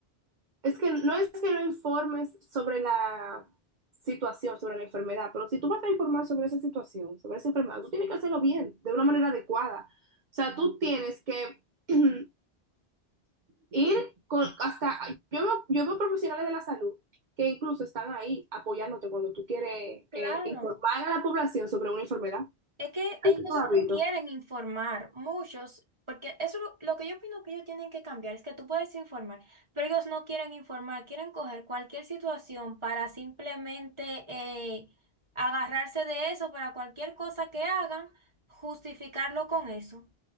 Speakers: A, on the right; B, on the right.
A: Es que no es que no informes sobre la situación, sobre la enfermedad, pero si tú vas a informar sobre esa situación, sobre esa enfermedad, tú tienes que hacerlo bien, de una manera adecuada. O sea, tú tienes que <clears throat> ir con hasta, yo veo, yo veo profesionales de la salud que incluso están ahí apoyándote cuando tú quieres
B: Claro.
A: eh, informar a la población sobre una enfermedad.
B: Es que
A: Tú
B: ellos
A: has
B: no
A: visto.
B: quieren informar, muchos, porque eso lo, lo que yo opino que ellos tienen que cambiar es que tú puedes informar, pero ellos no quieren informar, quieren coger cualquier situación para simplemente eh, agarrarse de eso, para cualquier cosa que hagan, justificarlo con eso.